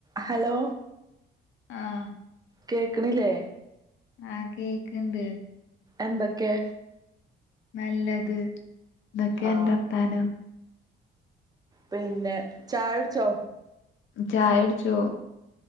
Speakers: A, on the right (about 20°); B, on the left (about 75°).
A: ഹലോ
B: ആഹ്
A: കേക്കണില്ലേ?
B: ആഹ് കേക്ക്‌ണ്ട്.
A: എന്തക്കെ
B: നല്ലത്. എന്തെക്കായാ
A: ആ
B: ഇന്റെ വർത്താനം
A: പിന്നെ ചായ കുടിച്ചോ?
B: ചായയുടിച്ചു.